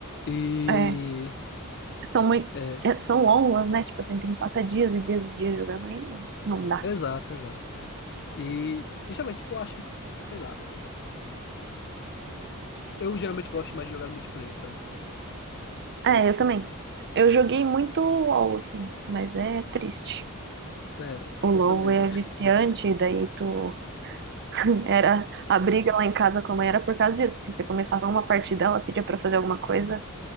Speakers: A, on the left (about 50°); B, on the right (about 50°).
A: E...
B: é, são muito,
A: É,
B: é, são longas, né? Tipo assim, tem que passar dias e dias e dias jogando, aí não, não dá.
A: exato, exato. E, justamente, tipo, eu acho que, sei lá... Eu geralmente gosto mais de jogar no multiplayer, sabe?
B: É, eu também. Eu joguei muito LOL, assim, mas é triste.
A: É,
B: O LoL
A: eu também.
B: é
A: jo-
B: viciante, daí tu <laughs> Era a briga lá em casa com a mãe era por causa disso, porque você começava uma partida, ela pedia pra fazer alguma coisa,